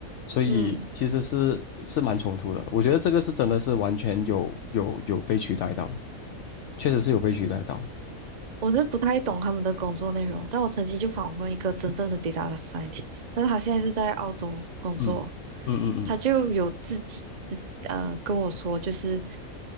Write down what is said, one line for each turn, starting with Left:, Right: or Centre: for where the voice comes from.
Left: 所以其实是是蛮冲突的。
Right: 嗯。
Left: 我觉得这个是真的是完全有有有被取代到，确实是有被取代到。
Right: 我是不太懂他们的工作内容，但我曾经就访问一个真正的 data scientist，但是他现在是在澳洲工作，
Left: 嗯嗯嗯
Right: 他就有自己自呃跟我说，就是